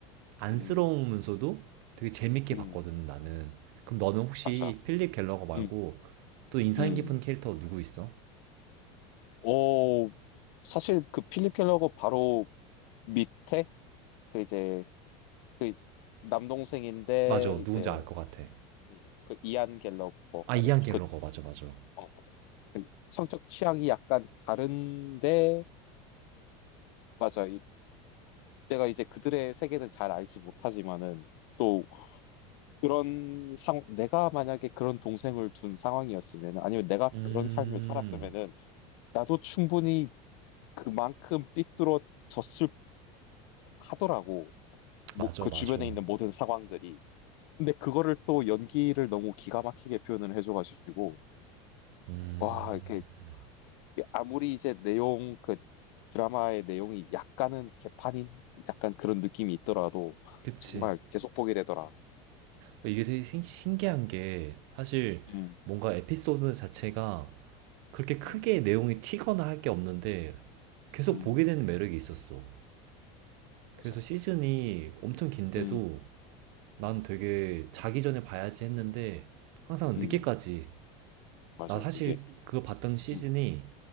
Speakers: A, on the right (about 60°); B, on the left (about 70°).
A: 안쓰러우면서도
B: 음,
A: 되게 재밌게
B: 음,
A: 봤거든 나는. 그럼 너는 혹시
B: 맞아.
A: 필립 갤러거 말고
B: 음,
A: 또 인상
B: 음.
A: 깊은 캐릭터 누구 있어?
B: 오, 사실 그 필립 켈러고 바로 밑에 그 이제 그 남동생인데
A: 맞아 누군지
B: 이제
A: 알 것 같아.
B: 이- 그 이안 갤러거
A: 아
B: 맞아.
A: 이안 갤러거
B: 그
A: 맞아 맞아.
B: 어, 맞아. 그 성적 취향이 약간 다른데 맞아. 이, 내가 이제 그들의 세계는 잘 알지 못하지만은 또 그런 상 내가 만약에 그런 동생을 둔 상황이었으면 아니면 내가
A: 음
B: 그런 삶을 살았으면은 나도 충분히 그만큼 삐뚤어졌을 하더라고. 뭐,
A: 맞아
B: 그
A: 맞아.
B: 주변에 있는 모든 상황들이. 근데 그거를 또 연기를 너무 기가 막히게 표현을 해줘가지고,
A: 음
B: 와, 이렇게, 아무리 이제 내용, 그 드라마의 내용이 약간은 개판인? 약간 그런 느낌이 있더라도,
A: 그치.
B: 정말 계속 보게 되더라.
A: 그러니까 이게 되게 신- 신기한 게 사실
B: 음,
A: 뭔가 에피소드 자체가 그렇게 크게
B: 음,
A: 내용이 튀거나 할 게 없는데 계속
B: 음,
A: 보게 되는 매력이 있었어. 그래서
B: 맞아.
A: 시즌이 엄청 긴데도
B: 음,
A: 난
B: 음,
A: 되게 자기 전에 봐야지 했는데 항상
B: 음,
A: 늦게까지
B: 맞아.
A: 나 사실
B: 이게,
A: 그거 봤던 시즌이
B: 음,